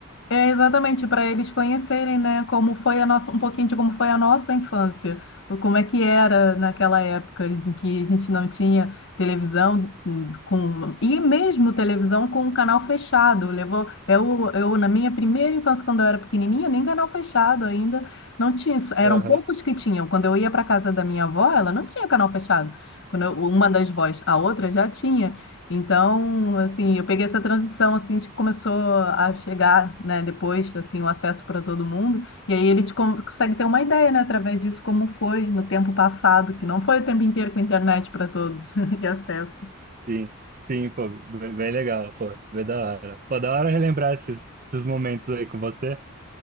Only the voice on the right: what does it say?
Aham,
sim. Sim, pô, bem bem legal, pô, bem da hora. Pô, da hora relembrar esses, esses momentos aí com você.